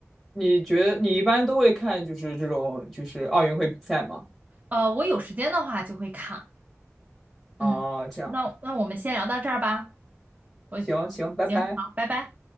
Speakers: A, in the centre; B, on the right.
A: 你觉得你一般都会看就是这种就是奥运会比赛吗？
B: 呃，我有时间的话就会看，
A: 啊，
B: 嗯，
A: 这样，
B: 那那我们先聊到这儿吧，我，
A: 行行，拜拜。
B: 行，好，拜拜。